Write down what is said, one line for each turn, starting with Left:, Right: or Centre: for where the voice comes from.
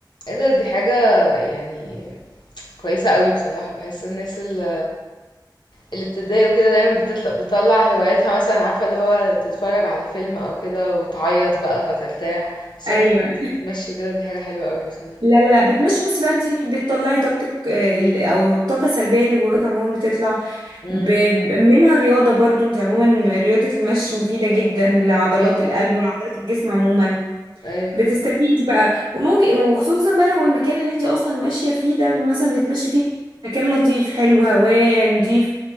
Left: ايه ده دي حاجة يعني كويسة قوي بصراحة بحس الناس اللي, اللي بتتضايق وكده دايما بتطلع, بتطلع هواياتها مثلا عارفة اللي هو تتفرج على فيلم او كده وتعيط بقى فترتاح بس
Right: ايوه
Left: فكرة ان انت تتمشي وكده دي حاجة حلوة قوي بصراحة
Right: لا لا لا بتمشي بصي بقى انت بتطلعي طاقتك آه، ال- او الطاقه السلبيه اللي جواك عموما بتطلع
Left: امم
Right: ب- ب- منها رياضه برضو انت عموما رياضه المشي مفيده جدا لعضلات
Left: اه
Right: القلب ولعضلات الجسم عموما
Left: ايوه
Right: بتستفيدي بقى وممكن وخصوصا بقى لو المكان اللي انت اصلا ماشيه فيه ده مثلا بتتمشي فيه مكان لطيف حلو هواه نضيف